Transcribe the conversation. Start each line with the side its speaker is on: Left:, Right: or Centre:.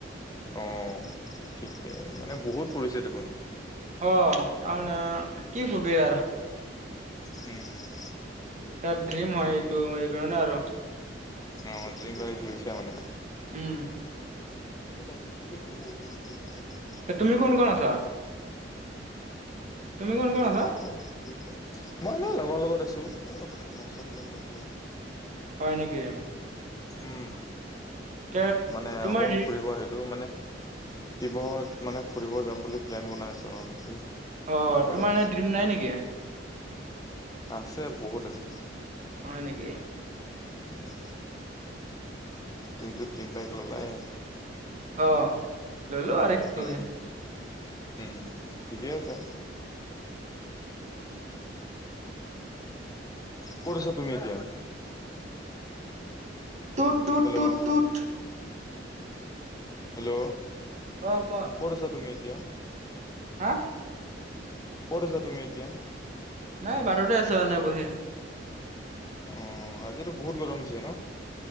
Left: অঁ ঠিকে মানে বহুত পৰিছে দেখোন
Right: অ তাৰমানে কি কবি আৰু
Left: উম
Right: তাৰ ড্ৰিম হয় এইটো এই কাৰণে আৰু
Left: অ ড্ৰীম বাইক লৈছে মানে
Right: উম
Left: টো কম বছ তেনে ন <inaudible>
Right: তুমি কোন কোন আছা তুমি কোন কোন
Left: কিল
Right: আছা
Left: পাটি <inaudible> মই ন লগৰ লগত আছো প্ৰথম <inaudible>
Right: হয় নেকি
Left: উম
Right: তে
Left: মানে
Right: তোমাৰ
Left: অকমান ফুৰিব আহিলো এইটো মানে শিৱসাগৰত মানে ফুৰিব যাম বুলি প্লেন বনাই আছো ন সেইটোৱে
Right: অ
Left: সেইটোৱে
Right: তোমাৰ
Left: মানে।
Right: এনে ড্ৰিম নাই নেকি
Left: আছে বহুত আছে
Right: হয় নেকি
Left: উম তুমিতো ড্ৰিম বাইক ললায়ে
Right: অ ললো আৰু কি কবি
Left: উম উম ঠিকেই আছে কত আছা তুমি এতিয়া
Right: টুটু
Left: হেল্ল'
Right: টু টুত
Left: হেল্ল',
Right: অ কোৱা
Left: কত আছা তুমি এতিয়া।
Right: হা,
Left: ক'ত আছা তুমি এতিয়া।
Right: নাই বাটতে আছো এনে বহি।
Left: অ আজিতো বহুত গৰম হৈছে ন।